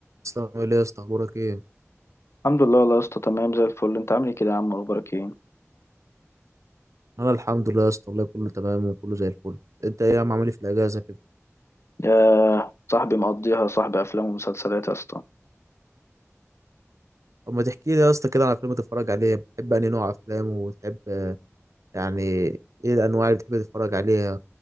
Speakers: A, on the right (about 80°); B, on the left (about 60°).
A: اسلام ايه يا اسطى اخبارك ايه
B: الحمد لله والله يا اسطى تمام زي الفل انت عامل ايه كده يا عم اخبارك ايه
A: انا الحمد لله يا اسطى والله كله تمام وكله زي الفل انت ايه يا عم عامل ايه في الاجازه كده
B: يا صاحبي مقضيها صاحبي افلام ومسلسلات يا اسطى
A: طب ما تحكي لي يا اسطى كده على فيلم تتفرج عليه بتحب انهي نوع افلام وتحب يعني ايه الانواع اللي بتحب تتفرج عليها